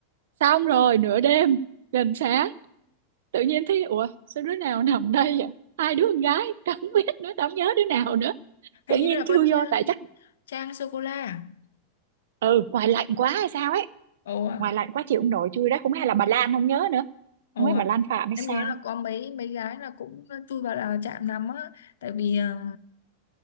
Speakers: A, on the right (about 55°); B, on the left (about 60°).
A: xong rồi nửa đêm gần sáng tự nhiên thấy ủa sao đứa nào nằm đây vậy hai đứa con gái <laughs> tao không biết nữa tao không nhớ đứa nào nữa
B: hình
A: tự
B: như
A: nhiên
B: là
A: chui
B: con Ch-
A: vô tại chắc
B: Trang sô cô la à?
A: ừ ngoài lạnh quá hay sao ấy
B: ồ à,
A: ngoài lạnh quá chịu không nổi chui đó cũng hay là bà Lan không nhớ nữa
B: ồ
A: không biết
B: à.
A: bà Lan Phạm hay
B: em
A: sao
B: nhớ là có mấy mấy gái là cũng chui vào là chạm nằm á tại vì ờ,